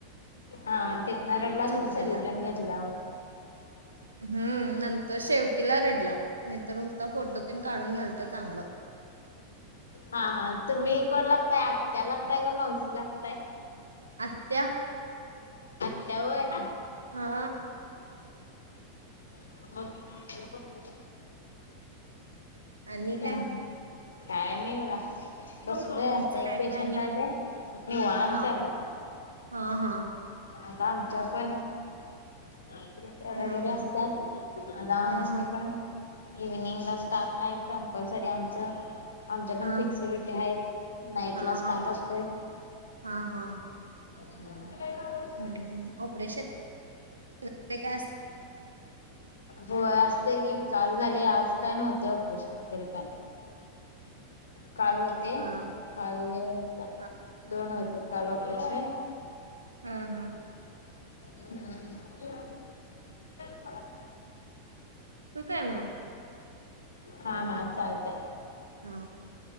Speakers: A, on the left; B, on the right.
A: हा तितंना रडला असलं
B: झोपलेला
A: सगळीजण घेतल्यावर
B: हम्म नंतर शेवटीला रडला नाय तर होता फोटो तेन काढून घ्यालत चांगलं.
A: हा हा तुम्ही कोण लागताय आत्या लागताय का मावशी लागताय.
B: आत्या
A: त्या होय.
B: हा
A: <inaudible>
B: आणि काय
A: हम् काय नाही बघा बसलोय
B: तुमचं
A: आता एक
B: काय
A: पेशंट
B: काय आणि
A: आलाय, निवांत
B: हा
A: आपलं
B: हा हा
A: आता आमच्या पण <unintelligible>
B: हा हा
A: असत्यात आता
B: हा
A: आमचीनी
B: हा
A: पण इव्हीनिंगला स्टाफ हाय कम प्लसरी आमच आमच्या पण
B: हा
A: फिक्स ड्युटी हायेत नाईट
B: हा
A: ला
B: हा
A: स्टाफ असतोय.
B: हा हा
A: <inaudible>
B: हूं हूं ऑपरेशन <inaudible> काय अस
A: होय असतय की काल झाले आज काय नव्हते ऑपरेशन वगैरे काय काल होते.
B: हा
A: काल वेळ होता.
B: हा
A: दोन होते काल ऑपरेशन
B: हा हा
A: हम्म <unintelligible>
B: ठेवू काय म
A: हा हा चालतय
B: हा